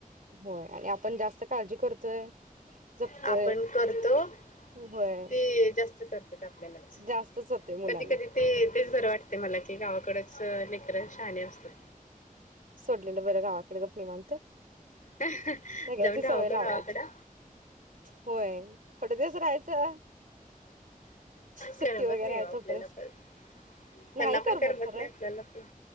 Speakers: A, on the right (about 70°); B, on the left (about 65°).
A: होय आणि आपण जास्त काळजी करतोय जपतोय
B: आपण करतो
A: होय.
B: ते जास्त करतेत कधी
A: जास्तच होते मुलांना
B: कधी ते तेच बरं वाटते. मला की गावाकडच लेकर शाणे असतात.
A: सोडलेलं बरं गावाकडे गप्प निवांत.
B: जाऊन
A: सगळ्याची
B: राहाव
A: सवय लावायची
B: काय गावाकडं
A: होय थोडे दिवस राहायचं सुट्टी
B: करमत
A: वगैरे
B: नाही
A: आहे
B: हो आपल्याला
A: तोपर्यंत
B: पण त्यांना
A: नाही
B: पण करमत
A: खरं
B: नाही आपल्याला पण,